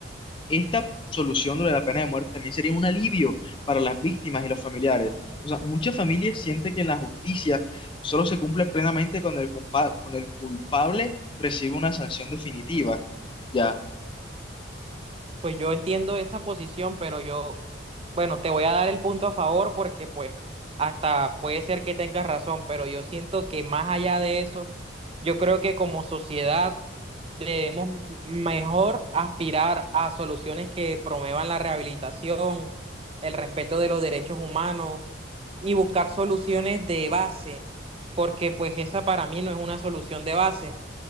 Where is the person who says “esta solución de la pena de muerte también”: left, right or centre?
Left